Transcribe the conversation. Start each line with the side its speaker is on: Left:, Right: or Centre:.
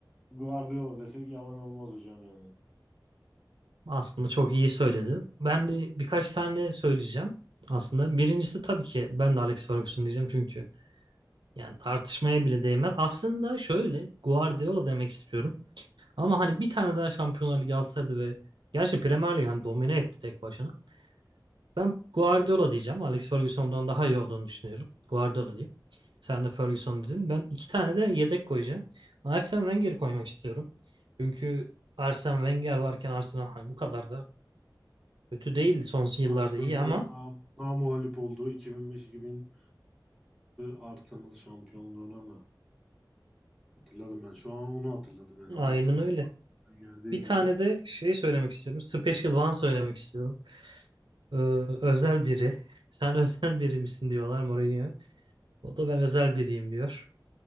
Centre: Guardiola desek yalan olmaz hocam yani.
Right: Aslında çok iyi söyledin. Ben bir birkaç tane söyleyeceğim. Aslında birincisi tabii ki ben de Alex Ferguson diyeceğim çünkü yani tartışmaya bile değmez. Aslında şöyle Guardiola demek istiyorum. Ama hani bir tane daha Şampiyonlar Ligi alsaydı ve gerçi Premier Lig hani domine etti tek başına. Ben Guardiola diyeceğim. Alex Ferguson'dan daha iyi olduğunu düşünüyorum. Guardiola diyeyim. Sen de Ferguson dedin. Ben iki tane de yedek koyacağım. Arsene Wenger koymak istiyorum. Çünkü Arsene Wenger varken Arsenal hani bu kadar da kötü değil. Son yıllarda
Centre: Arsenal'ın
Right: iyi ama
Centre: na- namağlup olduğu 2005-2006 Arsenal şampiyonluğuna mı? Hatırladım ben. Şu an onu hatırladım yani.
Right: aynen
Centre: Arsenal
Right: öyle.
Centre: aklıma geldi deyince.
Right: Bir tane de şey söylemek istiyorum. Special One söylemek istiyorum. Ee, özel biri. <laughs> Sen özel biri misin diyorlar Mourinho. O da ben özel biriyim diyor.